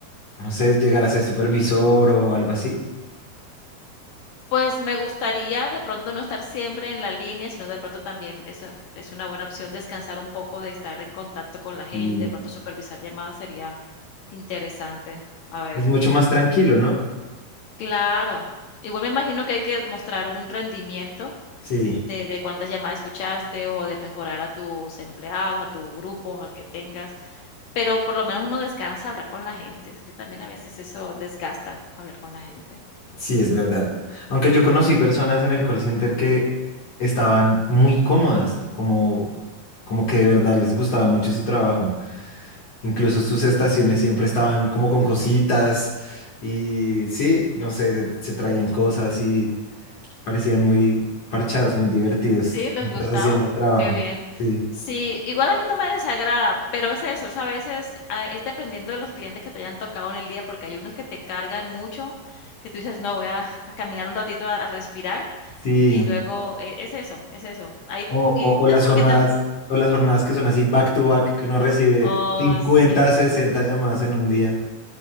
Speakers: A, on the left (about 50°); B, on the left (about 80°).
A: No sé, llegar a ser supervisor o algo así.
B: Pues me gustaría de pronto no estar siempre en la línea, sino de pronto también eso es es una buena opción descansar un poco de estar en contacto con la gente,
A: Sí.
B: de pronto supervisar llamadas sería interesante. A ver,
A: Es mucho más tranquilo, ¿no?
B: claro. Igual me imagino que hay que mostrar un rendimiento
A: Sí.
B: de, de cuántas llamadas escuchaste o de mejorar a tus empleados, a tu grupo, al que tengas, pero por lo menos uno descansa hablar con la gente, es que también a veces eso desgasta hablar con la gente.
A: Sí, es verdad. Aunque yo conocí personas en el call center que estaban muy cómodas, como, como que de verdad les gustaba mucho su trabajo. Incluso sus estaciones siempre estaban como con cositas y sí, no sé, se, se traían cosas y parecían muy parchados, muy divertidos
B: Sí, les
A: mientras
B: gustaba,
A: hacían el trabajo.
B: qué bien.
A: Sí,
B: Sí, igual a mí no me desagrada, pero es eso, es a veces ah, es dependiendo de los clientes que te hayan tocado en el día, porque hay unos que te cargan mucho, que tú dices, no, voy a, a caminar un ratito a, a respirar,
A: sí.
B: y luego e- es eso, es eso. Hay,
A: O,
B: y,
A: o- o
B: ta-
A: las
B: porque
A: jornadas,
B: también,
A: o las jornadas que son así back to back, que uno recibe
B: oh,
A: 50,
B: sí.
A: 60 llamadas en un día.